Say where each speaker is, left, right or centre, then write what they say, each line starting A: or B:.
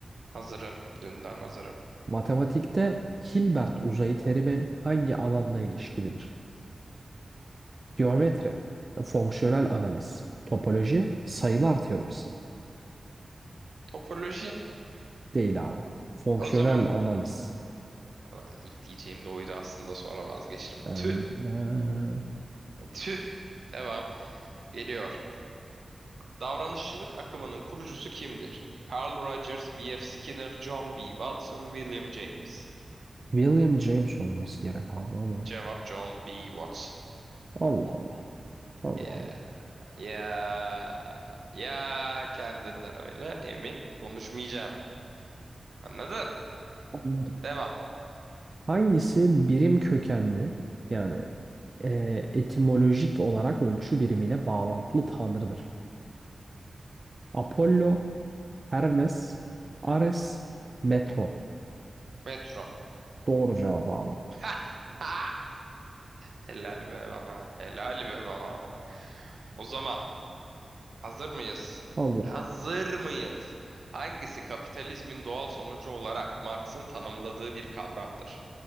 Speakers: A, on the right; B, on the right.
A: Hazırım. Dünden hazırım.
B: Matematikte Hilbert uzayı terimi hangi alanla ilişkilidir? Geometri, fonksiyonel analiz, topoloji, sayılar teorisi.
A: Topoloji.
B: Değil abi. Fonksiyonel
A: O zaman
B: analiz.
A: Ulan ilk diyeceğim de oydu aslında sonra vazgeçtim.
B: Yani,
A: Tüh.
B: eee,
A: Tüh. Devam. Geliyor. Davranışçılık akımının kurucusu kimdir? Carl Rogers, B.F. Skinner, John B. Watson, William James.
B: William James olması gerek abi ama
A: Cevap John B. Watson.
B: Allah Allah. Allah
A: Yeah. Ya ya kendinden öyle emin konuşmayacağım. Anladın?
B: Allah.
A: Devam.
B: Hangisi birim kökenli yani e, etimolojik olarak ölçü birimiyle bağlantılı tanrıdır? Apollo, Hermes, Ares, Metro.
A: Metro.
B: Doğru cevabı abi.
A: <laughs> Helal be bana. Helal be bana. O zaman hazır mıyız?
B: Hazırım.
A: Hazır mıyız? Hangisi kapitalizmin doğal sonucu olarak Marx'ın tanımladığı bir kavramdır?